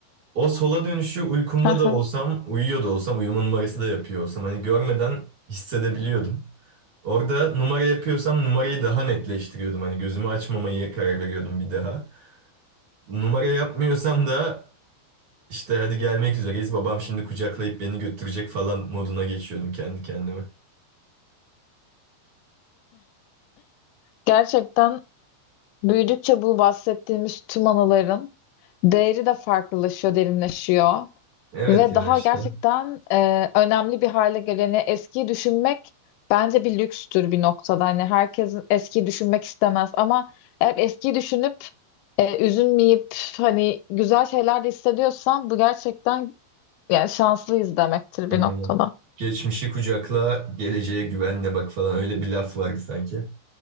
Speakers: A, on the right; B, on the left.
A: O sola dönüşü uykumda
B: Aha.
A: da olsam, uyuyor da olsam, uyuma numarası da yapıyor olsam hani görmeden hissedebiliyordum. Orada numara yapıyorsam numarayı daha netleştiriyordum. Hani gözümü açmamaya karar veriyordum bir daha. Numara yapmıyorsam da İşte hadi gelmek üzereyiz. Babam şimdi kucaklayıp beni götürecek falan moduna geçiyordum kendi kendime.
B: Gerçekten büyüdükçe bu bahsettiğimiz tüm anıların değeri de farklılaşıyor, derinleşiyor.
A: Evet
B: Ve
A: ya
B: daha
A: işte.
B: gerçekten e, önemli bir hale geleni eskiyi düşünmek bence bir lükstür bir noktada. Hani herkes eskiyi düşünmek istemez ama eğer eskiyi düşünüp e, üzülmeyip hani güzel şeyler de hissediyorsan bu gerçekten yani şanslıyız demektir
A: Aynen.
B: bir noktada.
A: Geçmişi kucakla, geleceğe güvenle bak falan öyle bir laf vardı sanki.